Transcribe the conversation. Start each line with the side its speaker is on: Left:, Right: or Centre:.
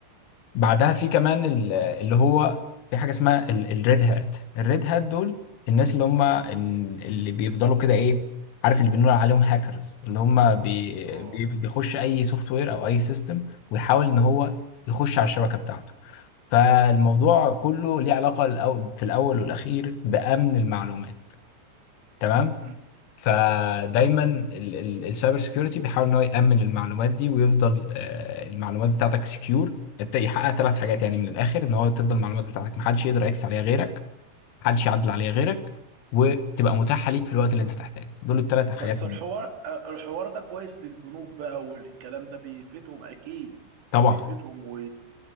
Left: بعدها في كمان ال- اللي هو في حاجه اسمها الريد هات الريد هات دول الناس اللي هم ال- اللي بيفضلوا كده ايه عارف اللي بنقول عليهم هاكرز اللي هم بي
Right: اه
Left: بي- بيخش اي سوفت وير او اي سيستم ويحاول ان هو يخش على الشبكه بتاعته فالموضوع كله ليه علاقه الأو- في الاول والاخير بامن المعلومات تمام
Right: مم.
Left: فدايما ال- ال- السايبر سيكيورتي بيحاول ان هو يامن المعلومات دي ويفضل آه، المعلومات بتاعتك سكيور يحقق ثلاث حاجات يعني من الاخر ان هو تفضل المعلومات بتاعتك محدش يقدر يكس عليها غيرك محدش يعدل عليها غيرك وتبقى متاحه ليك في الوقت اللي انت تحتاجه دول الثلاث حاجات
Right: بس الحوار آه، الحوار ده كويس للبنوك بقى والكلام ده بيفيدهم اكيد
Left: طبعا
Right: بيفيدهم و